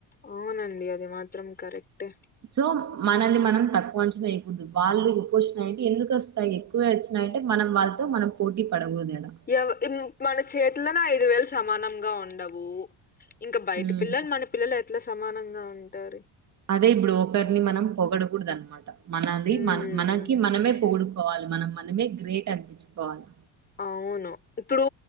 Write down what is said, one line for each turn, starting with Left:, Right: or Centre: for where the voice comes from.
Left: అవునండి. అది మాత్రం కరెక్టే
Right: సో మనల్ని మనం తక్కు అంచనా వేయకూడదు వాళ్ళు ఎక్కు వస్తున్నాయంటే ఎందుకస్తాయి ఎక్కువే వచ్చి న్నాయంటే మనం వాళ్ళతో మనం పోటీ పడకూడదు గదా
Left: ఎవ ఇం మన చేతిలోనే ఐదు వేలు సమానంగా ఉండవు ఇంకా బైటి
Right: ఉమ్
Left: పిల్లల్ మన పిల్లల్ అట్లా సమానంగా ఉంటారి
Right: అదే బ్రోకర్ ని మనం పొగడకూడదు అనమాట. మనది
Left: ఉమ్
Right: మన మనకి మనమే పొగడుక కోవాలి మనం మనమే గ్రేట్ అనిపించుకోవాలి.
Left: అవును ఇప్పుడు